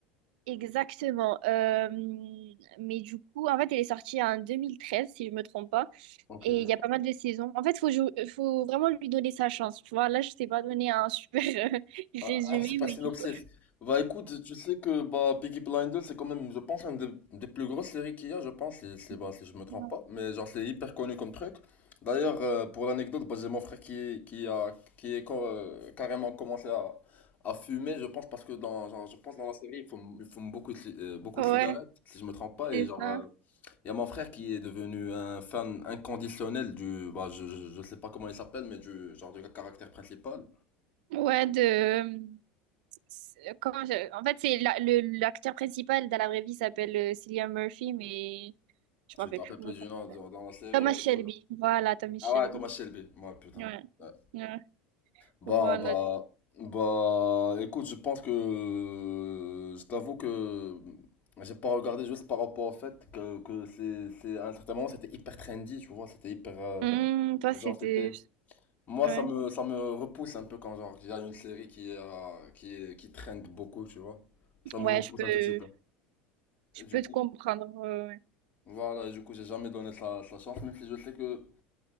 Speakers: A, on the right; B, on the left.
A: exactement. Euh, mais du coup, en fait, elle est sortie en 2013, si je me trompe pas.
B: Ok.
A: Et il y a pas mal de saisons. En fait, faut, jou- faut vraiment lui donner sa chance. Tu vois, là, je t'ai pas donné un super euh, <laughs> résumé,
B: Ah, ah, c'est pas
A: mais
B: synopsis.
A: du coup,
B: Bah écoute, tu sais que bah Peaky Blinders c'est quand même, je pense, une des, des plus grosses séries qu'il y a, je pense, si, si,
A: <laughs>
B: bah, si je me trompe
A: ouais,
B: pas. Mais genre c'est hyper connu comme truc. D'ailleurs, euh, pour l'anecdote, bah, j'ai mon frère qui, qui a qui est co- euh, carrément commencé à, à fumer, je pense, parce que dans genre, je pense dans la série, il fume, il fume beaucoup de, ci- euh, beaucoup
A: Ah,
B: de cigarettes,
A: ouais,
B: si je me trompe pas.
A: c'est
B: Et genre,
A: ça.
B: euh, il y a mon frère qui est devenu un fan inconditionnel du, bah je, je, je sais pas comment il s'appelle, mais du genre du caractère principal.
A: Ouais, de... c'est- comment je- En fait, c'est la- le- l'acteur principal dans la vraie vie s'appelle euh, Cillian Murphy, mais je me
B: Tu
A: rappelle
B: te rappelles
A: plus comment
B: plus
A: il
B: du
A: s'appelle.
B: nom dans dans la série,
A: Thomas
B: ouais,
A: Shelby.
B: c'est pas grave.
A: Voilà, Thomas Shelby.
B: Ah ouais, Thomas Shelby. Ouais, putain.
A: Ouais.
B: Ouais.
A: Ouais.
B: Bah,
A: Voilà.
B: bah, bah, écoute, je pense que, je t'avoue que j'ai pas regardé juste par rapport au fait que, que c'est, c'est, à un certain moment, c'était hyper trendy, tu vois, c'était hyper, euh,
A: Hum, toi,
B: genre,
A: c'était.
B: c'était, moi,
A: Ouais.
B: ça me, ça me repousse un peu quand, genre, il y a une série qui, est, euh, qui, est- qui trend beaucoup, tu vois. Ça
A: Ouais,
B: me repousse
A: je peux,
B: un tout petit peu.
A: je
B: Et du
A: peux
B: coup,
A: te comprendre. euh, ouais.
B: voilà, et du coup, j'ai jamais donné sa, sa chance, même si je sais que,